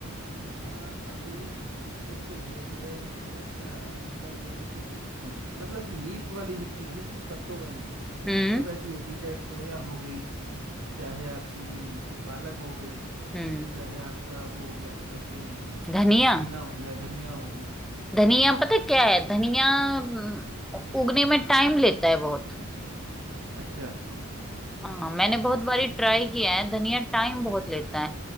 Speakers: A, on the right; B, in the centre.
A: हाँ अभी एक तो ये भी है अच्छा अ, दूसरा ये है कि जित जिन मतलब लीफ वाली जितनी है ना जितनी पत्तों वाली है वो
B: हम्म
A: सब ऐसी होती है चाहे सोया हो गई चाहे आपकी पालक हो गई
B: हम्म
A: चाहे आपका वो हो गया क्या कहते हैं
B: धनिया
A: पुदीना हो गया धनिया हो गया
B: धनिया पता क्या है धनिया हम्म, उगने में टाइम लेता है बहुत
A: अच्छा
B: हाँ मैंने बहुत बारी ट्राई किया है धनिया टाइम बहुत लेता है